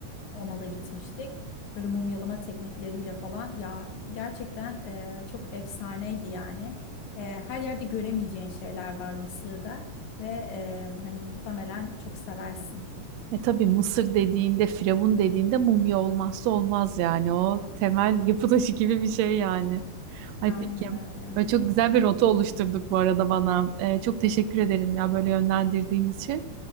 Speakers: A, on the left; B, on the right.
A: Ona da gitmiştik. Böyle mumyalama teknikleriyle falan. Ya gerçekten e, çok efsaneydi yani. E, her yerde göremeyeceğin şeyler var Mısır'da ve e, hani muhtemelen çok seversin.
B: E tabii Mısır dediğinde, Firavun dediğinde mumya olmazsa olmaz yani. O temel <laughs> yapı taşı gibi bir şey yani. Ay
A: Aynen
B: peki.
A: öyle.
B: Böyle çok güzel bir rota oluşturduk bu arada bana. E, çok teşekkür ederim ya böyle yönlendirdiğin için.